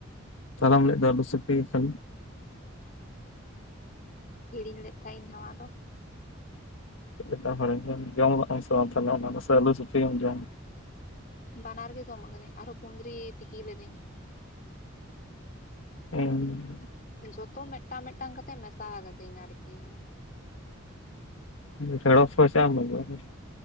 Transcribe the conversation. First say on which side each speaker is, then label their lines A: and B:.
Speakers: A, on the left (about 80°); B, on the left (about 40°).
A: ᱛᱟᱦᱚᱞᱮᱢ ᱞᱟᱹᱭᱮᱫ ᱫᱚ ᱟᱞᱩ ᱥᱤᱯᱤ ᱮᱠᱷᱮᱱ ᱾
B: ᱦᱤᱲᱤᱧ ᱞᱮᱫ ᱛᱟᱦᱮᱸ ᱤᱧ ᱱᱚᱣᱟ ᱫᱚ ᱾
A: ᱪᱮᱫ ᱞᱮᱠᱟᱢ ᱦᱤᱲᱤᱧ ᱞᱮᱜᱼᱟ ᱡᱚᱢ ᱠᱮᱜᱼᱟᱢ ᱥᱮ ᱵᱟᱝ ᱛᱟᱦᱚᱞᱮ ᱚᱱᱟ ᱫᱚ ᱥᱮ ᱟᱞᱩ ᱥᱩᱯᱤᱢ ᱡᱚᱢ?
B: ᱵᱟᱱᱟᱨ ᱜᱮ ᱡᱚᱢ ᱠᱟᱹᱫᱟᱹᱧ ᱟᱨᱦᱚᱸ ᱠᱩᱸᱫᱽᱨᱤ ᱛᱤᱠᱤ ᱞᱤᱫᱟᱹᱧ ᱾
A: <unintelligible>
B: ᱡᱚᱛᱚ ᱢᱤᱫᱴᱟᱝ ᱢᱤᱫᱴᱟᱝ ᱠᱟᱛᱮ ᱢᱮᱥᱟ ᱠᱟᱹᱫᱤᱧ ᱟᱨᱠᱤ ᱾
A: ᱵᱷᱮᱲᱚᱥ ᱯᱚᱭᱥᱟᱹ ᱮᱢ ᱦᱩᱭᱩᱜᱼᱟ ᱾